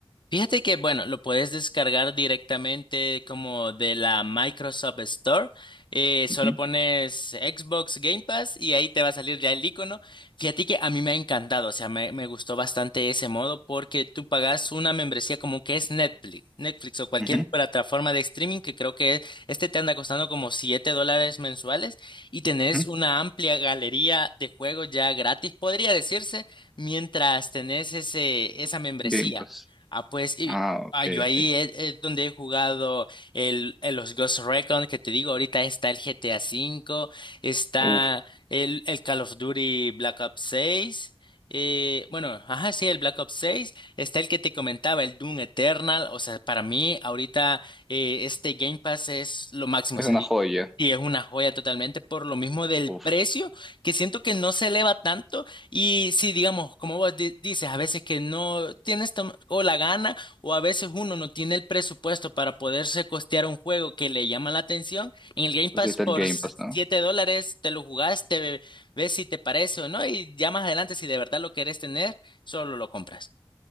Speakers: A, on the left (about 55°); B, in the centre.
A: Fíjate que, bueno, lo puedes descargar directamente como de la Microsoft Store. Eh, solo
B: Ujú,
A: pones Xbox Game Pass y ahí te va a salir ya el icono. Fíjate que a mí me ha encantado, o sea, me, me gustó bastante ese modo porque tú pagas una membresía como que es Netflix, Netflix o cualquier
B: ujú,
A: plataforma de streaming que creo que este te anda costando como 7 dólares mensuales y tenés
B: ujú.
A: una amplia galería de juegos ya gratis, podría decirse, mientras tenés ese, esa membresía.
B: Game Pass.
A: Ah, pues, y
B: Ah, ok,
A: ah, yo ahí
B: ok.
A: es, es donde he jugado el, el- los Ghost Recon, que te digo, ahorita está el GTA V, está
B: Uf,
A: el, el Call of Duty Black Ops 6, eh, bueno, ajá, sí, el Black Ops 6, está el que te comentaba, el Doom Eternal, o sea, para mí ahorita eh, este Game Pass es lo máximo,
B: es
A: o sea,
B: una
A: y
B: joya.
A: y es una joya totalmente por lo mismo del
B: Uf,
A: precio, que siento que no se eleva tanto. Y sí, digamos, como vos di- dices, a veces que no tienes tom- o la gana o a veces uno no tiene el presupuesto para poderse costear un juego que le llama la atención. En el Game
B: pues
A: Pass
B: ahí está
A: por
B: el Game
A: s-
B: Pass, ¿no?
A: 7 dólares te lo jugaste, ve- ves si te parece o no y ya más adelante si de verdad lo querés tener, solo lo compras.